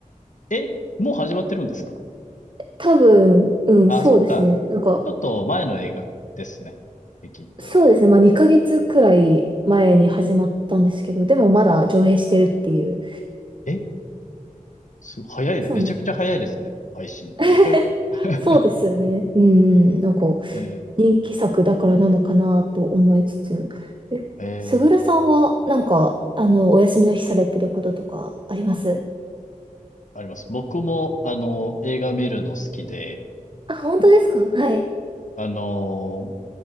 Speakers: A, on the left; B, on the right.
A: え、もう始まってるんですか
B: <laughs> 多分、うん、
A: あ、
B: そうですね。
A: そっか。
B: なんか、
A: ちょっと前の映画ですね。リキッドは。
B: そうですね。まあ2ヶ月くらい前に始まったんですけど、でもまだ上映してるっていう。
A: えすい、早いで、
B: そうですね。
A: めちゃくちゃ早いですね。配信。
B: <laughs>
A: 2かげつ、<laughs>
B: そうですよね。うん、なんか
A: えー
B: 人気作だからなのかなと思いつつ。え、
A: えー
B: すぐるさんはなんか、あの、お休みの日されてることとかあります
A: あります。僕も、あの、映画見るの好きで、
B: あ、本当ですかはい。
A: あの、